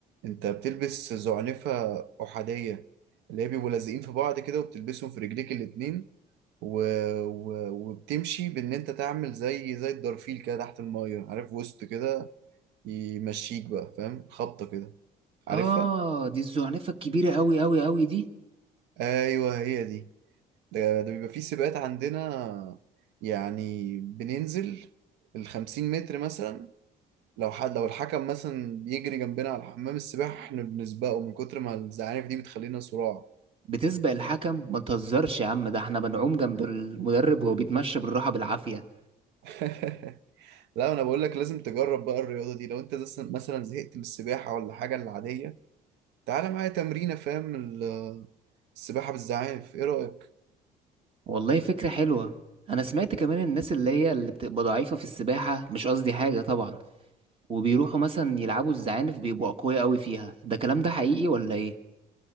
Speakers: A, on the right; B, on the right.
A: انت بتلبس زعنفة احادية اللي هي بيبقوا لازقين في بعض كده وبتلبسهم في رجليك الاتنين و... و... وبتمشي بان انت تعمل زي زي الدرفيل كده تحت المية عارف وسط كده يمشيك بقى فاهم خبطة كده عارفها
B: اه دي الزعنفه الكبيره قوي قوي قوي دي
A: ايوه هي دي ده ده بيبقى فيه سباقات عندنا يعني بننزل الخمسين متر مثلا لو حد لو الحكم مثلا بيجري جنبنا على حمام السباحة احنا بنسبقه من كتر ما الزعانف دي بتخلينا صراع
B: بتسبق الحكم ما تهزرش يا عم ده احنا بنعوم جنب المدرب وهو بيتمشى بالراحه بالعافيه
A: <laughs> لا انا بقول لك لازم تجرب بقى الرياضة دي لو انت زس- مثلا زهقت من السباحة ولا حاجة العادية تعالى معايا تمرينة فاهم ال- السباحة بالزعانف ايه رأيك
B: والله فكرة حلوة أنا سمعت كمان الناس اللي هي اللي بتبقى ضعيفة في السباحة مش قصدي حاجة طبعا وبيروحوا مثلا يلعبوا الزعانف بيبقوا أقوياء أوي فيها ده كلام ده حقيقي ولا إيه؟